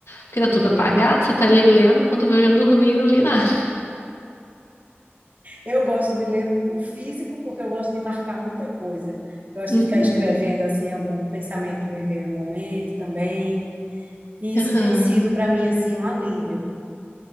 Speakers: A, on the left (about 80°); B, on the right (about 45°).
A: Porque tá
B: Uhum.
A: tudo apagado, você tá ali lendo, quando vê eu já dormi e não li nada.
B: Eu gosto de ler o físico porque eu gosto de marcar muita coisa. Gosto
A: Uhum.
B: de ficar escrevendo assim algum pensamento que me veio no momento também. E
A: Aham.
B: isso tem sido para mim assim um alívio.